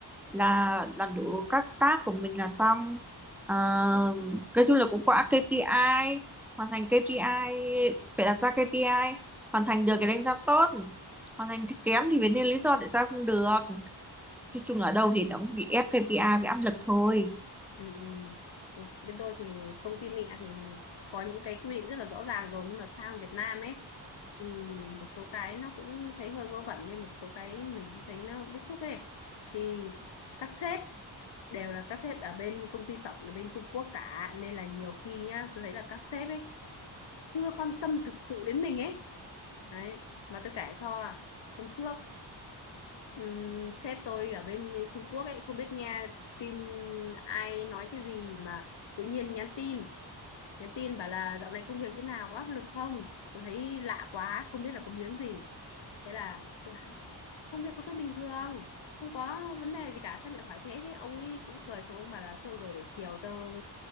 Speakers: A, in the centre; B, on the left.
A: là làm đủ các task của mình là xong Ờ, nói chung là cũng có KPI hoàn thành KPI phải đặt ra KPI hoàn thành được thì đánh giá tốt hoàn thành thì kém thì phải nên lý do tại sao không được nói chung là ở đâu thì nó cũng bị ép KPI với áp lực thôi
B: Ừ, ừ. Ừ, Bên tôi thì công ty mẹ thì có những cái quy định rất là rõ ràng rồi nhưng mà sang Việt Nam ấy thì một số cái nó cũng thấy hơi vớ vẩn nên một số cái mình cũng thấy nó bức xúc ấy thì các sếp đều là các sếp ở bên công ty tổng là bên Trung Quốc cả nên là nhiều khi nhá tôi thấy là các sếp ấy chưa quan tâm thực sự đến mình ấy đấy mà tôi kể cho hôm trước Ừm, sếp tôi ở bên Trung Quốc ấy không biết nghe tin ai nói cái gì mà tự nhiên nhắn tin nhắn tin bảo là dạo này công việc thế nào có áp lực không tôi thấy lạ quá không biết là có biến gì thế là tôi bảo công việc của tôi bình thường không có vấn đề gì cả sao lại hỏi thế thế ông ấy cũng cười xong ông bảo là thôi rồi để chiều tôi